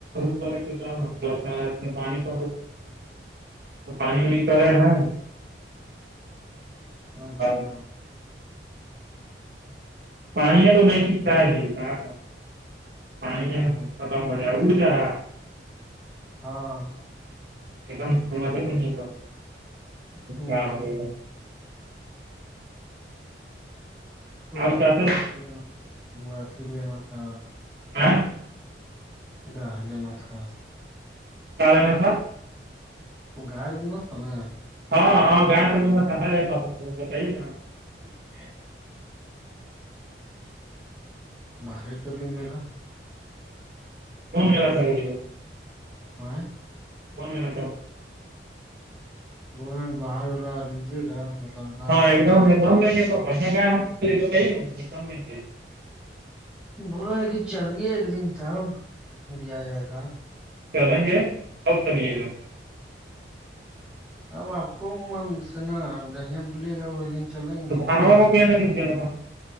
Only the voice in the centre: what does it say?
اچھا
ہ
ہاں
ہوں
تو
آپ
کو اچھیر لینا ما اچھیر لینا تھا
ڈر لینا تھا
وہ گائےل ن تھا نا
<unintelligible> باہر چلیے میلا
آ
بول رہ باہر واللا لیجیے گا میلا ولا
بلا ہے کہ چلیے ایک دن تب ل آ جائے گا
اب آپ کو من سناا دیا بلیے گا اس دن چلیں
گے